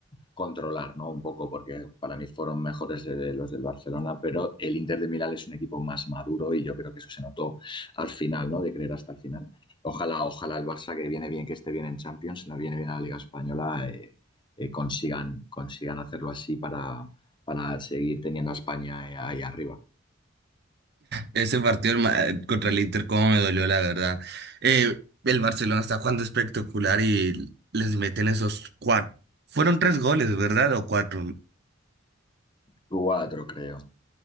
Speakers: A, on the left; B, on the right.
A: controlar, ¿no? Un poco, porque para mí fueron mejores de los del Barcelona, pero el Inter de Milán es un equipo más maduro y yo creo que eso se notó al final, ¿no? De creer hasta el final. Ojalá, ojalá el Barça, que viene bien, que esté bien en Champions, no viene bien a la Liga Española, eh, eh, consigan, consigan hacerlo así para, para seguir teniendo a España eh, ahí arriba.
B: Ese partido herma- contra el Inter, cómo me dolió, la verdad. Eh, el Barcelona está jugando espectacular y les meten esos cuatro. Fueron tres goles, ¿verdad? O cuatro.
A: 4, creo.